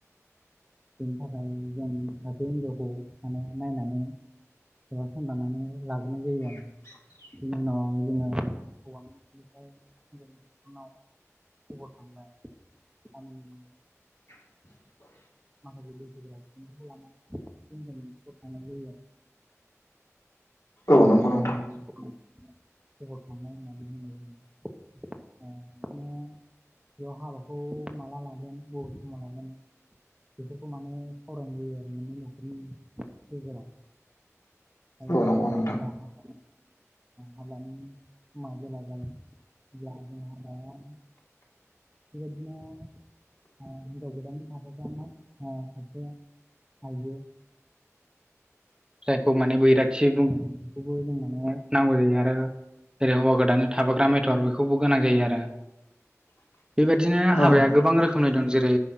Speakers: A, on the right; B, on the left.
A: बेनि थाखाय जों सासे हिनजावखौ माने नायनानै एबा संदानानै लाग्रोनाय जायो आरो
B: <unintelligible>
A: बिनि उनाव जोङो हौवानिनिफ्राय हिनजावनि नखरनाव खबर थांबाय गामिनि
B: <unintelligible>
A: माखासे बैसोफोरा सुबुंखौ लानानै थांनाय जायो आरो
B: औ नंगौ नोंथां
A: जायखौ खबर थांनाय होननानै बुंनाय जायो ओ बेखौनो बेयाव हाबाखौ माला लागोन बबे समाव लागोन बेफोरखौ माने सावरायनाय जायो आरो माने नखरनि गेजेराव आरो
B: औ
A: बिदिनो
B: नंगौ नोंथां
A: जेला हा हाबानि समा जेला जायो <unintelligible> बेबायदिनो ओ हिनजाव गोदानजों थाफाग्रा सानसि ओ सासे आइजो जायखौ माने बैराथि बुङो बेखौबो जों माने नांगौ जायो आरो जेरै हौवा गोदानानै थाफाग्रा मेथर बेखौबो गोनां जायो आरो
B: <unintelligible>
A: बेबायदिनो
B: औ
A: हाबाया
B: औ
A: गोबां रोखोमनि दं जेरै